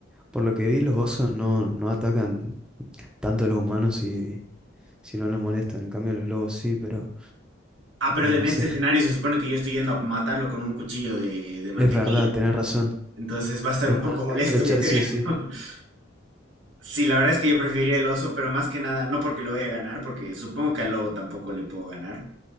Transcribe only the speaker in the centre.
por lo que vi, los osos no, no atacan tanto a los humanos si, si no los molestan. En cambio, los lobos sí, pero
ay,
no
sé. <laughs>
Es verdad, tenés razón.
Es
verdad,
tenés que luchar
sí o sí.